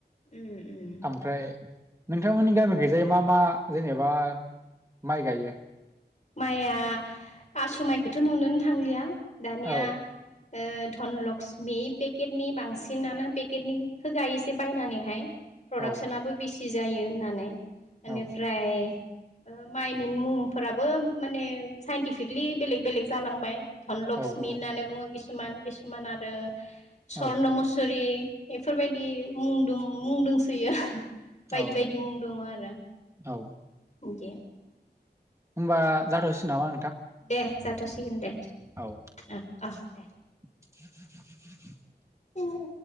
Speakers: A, on the left; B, on the right.
A: उम उम
B: ओमफ्राय नोंथांमोननि गामि खैजाय मा मा जेनेबा माइ गायो?
A: माइया आसु माइखौथ' नुनोनो थांलिया दानिया
B: औ
A: ओ धनलकस्मि पेकेटनि बांसिनानो पेकेटनि खो गायोसै बायनानैहाय। प्रडाक्सनाबो
B: औ
A: बेसि जायो होननानै बेनिफ्राय
B: औ
A: ओ माइनि मुंफोराबो माने साइन्टिफिकलि बेलेग बेलेग जालांबाय। धनलक्मि
B: औ
A: होननानै बुङो किसुमान किसुमान आरो स्वर्न
B: औ
A: मुसुरि बेफोरबायदि मुं दं। मुं दंसोयो बायदि
B: औ
A: बायदि मुं दङ आरो।
B: औ
A: गे
B: होमबा जाथावसिननामा?
A: दे जाथ'सिगोन दे
B: औ
A: ओ अ दे।
B: <inaudible>
A: बेनो